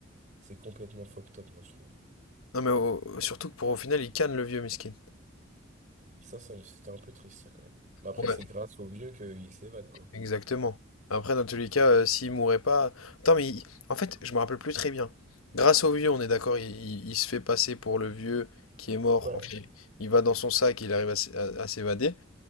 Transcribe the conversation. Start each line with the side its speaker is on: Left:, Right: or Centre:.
Right: C'est complètement fucked up, moi, je trouve.
Left: Non, mais au- surtout que pour au final, il canne le vieux, miskin.
Right: Ça, ça, c'était un peu triste, ça, quand même. Mais après,
Left: Ouais.
Right: c'est grâce aux vieux qu'ils s'évadent, quoi.
Left: Exactement. Après, dans tous les cas, euh, s'il mourait pas. Attends, mais il- en fait, je me rappelle plus très bien. Grâce au vieux, on est d'accord, il, il- il se fait passer pour le vieux qui est mort.
Right: Ouais.
Left: Enfin, il il va dans son sac, il arrive à, s- à- à s'évader.